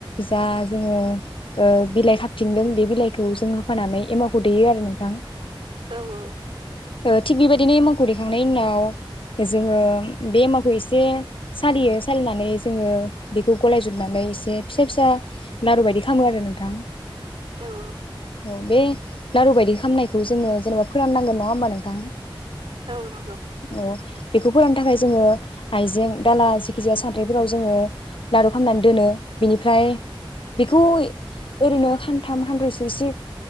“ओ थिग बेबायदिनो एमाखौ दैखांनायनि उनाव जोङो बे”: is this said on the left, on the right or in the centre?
Left